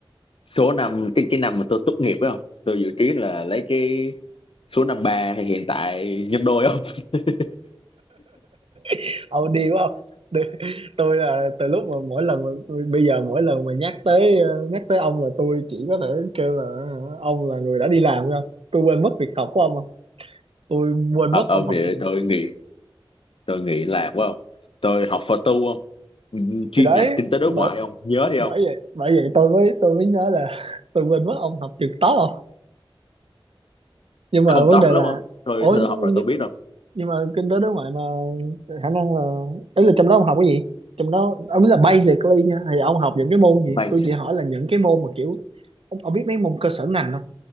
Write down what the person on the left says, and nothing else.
số năm cái cái năm mà tôi tốt nghiệp phải không tôi dự kiến là lấy cái số năm ba hay hiện tại nhân đôi không <laughs>
thật
không
thì
tôi nghĩ tôi nghĩ là phải không tôi học phật tu không Ừ, chuyên
ngành kinh tế đối
ngoại không nhớ đi
không
không
tốt
lắm
không tôi,
tôi
học rồi
tôi biết không
may